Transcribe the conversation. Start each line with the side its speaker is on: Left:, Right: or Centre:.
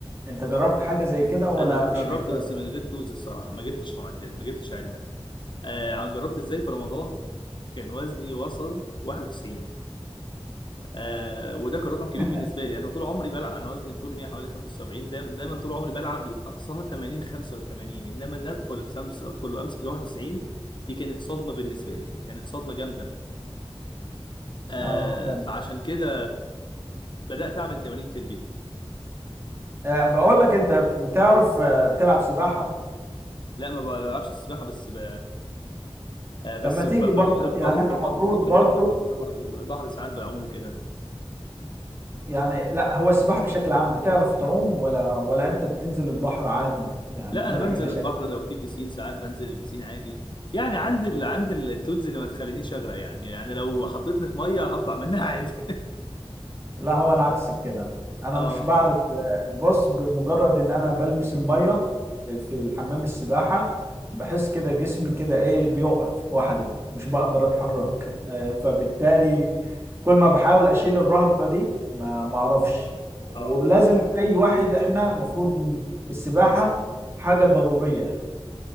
Right: أنت جربت حاجة زي كده ولا
Left: انا جربت
Right: مش محتاج؟
Left: بس من غير تولز الصراحه ما جبتش معدات ما جبتش عده آه جربت ازاي في رمضان كان وزني وصل 91 آه وده كان رقم كبير
Right: <laughs>
Left: بالنسبه لي انا طول عمري بلعب انا وزني طول 100 حوالي 75 دايما دايما طول عمري بلعب اقصاها 80 85 انما ان ادخل الخمس ادخل وامسك ال 91 دي كانت صدمه بالنسبه لي كانت صدمه جامده آه
Right: اه فاهم.
Left: فعشان كده بدات اعمل تمارين في البيت
Right: آه، بقول لك انت بتعرف آه، تلعب سباحة
Left: لا ما بلعبش السباحه بس ب... آه بس
Right: طب ما تيجي
Left: ب- بروح
Right: برضو
Left: بروح
Right: يعني احنا
Left: البحر
Right: المفروض
Left: بروح
Right: برضو
Left: البحر بروح برضه البحر ساعات بعوم وكده
Right: يعني لا هو السباحة بشكل عام بتعرف تعوم ولا ولا انت بتنزل البحر عادي يعني
Left: لا
Right: بدون
Left: انا بنزل
Right: اي مشاكل
Left: البحر لو في بيسين ساعات بنزل البيسين عادي يعني عندي ال... عندي التولز اللي ما تخلينيش اغرق يعني يعني لو حطيتني في ميه هطلع منها عادي
Right: لا هو انا عكسك كده
Left: <laughs>
Right: انا
Left: اه
Right: مش بعرف بص بمجرد ان انا بلمس الميه في الحمام السباحه بحس كده جسمي كده ايه بيقف وحده مش بقدر اتحرك آه، فبالتالي كل ما بحاول اشيل الرهبه دي ما ما اعرفش
Left: اه
Right: ولازم اي واحد احنا المفروض السباحه حاجه ضروريه